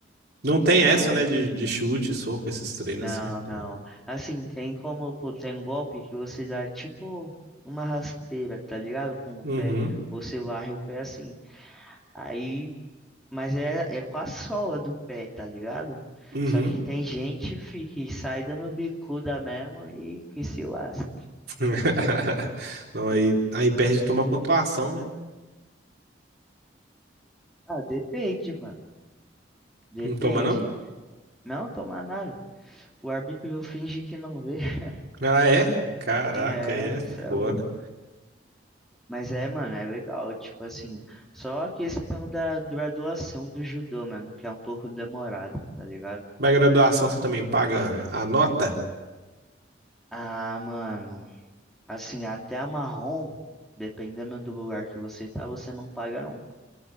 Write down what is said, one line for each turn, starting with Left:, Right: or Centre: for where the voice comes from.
Right: Não tem
Centre: Mas.
Right: essa, né, de, de chute, soco, esses treinos
Centre: Não,
Right: assim, não tem.
Centre: não.
Right: não.
Centre: Assim, tem como, pô, tem um golpe que você dá tipo uma rasteira, tá ligado? Com o
Right: Uhum,
Centre: pé. Você varre o pé assim. Aí, mas é, é com a sola do pé, tá ligado?
Right: uhum.
Centre: Só que tem gente, fi, que sai dando bicuda mesmo e que se lasca.
Right: <laughs> Não, aí,
Centre: Hum.
Right: aí perde e toma pontuação, né?
Centre: Ah, depende, mano. Depende.
Right: Não toma, não?
Centre: Não tomar nada. O árbitro finge que não vê. <laughs>
Right: Ah, é? Caraca,
Centre: É,
Right: aí é foda.
Centre: isso é louco. Mas é, mano, é legal, tipo assim, só a questão da graduação do judô, mano, que é um pouco demorado, tá ligado?
Right: Mas graduação você também paga a nota?
Centre: Ah, mano, assim, até a marrom, dependendo do lugar que você tá, você não paga não.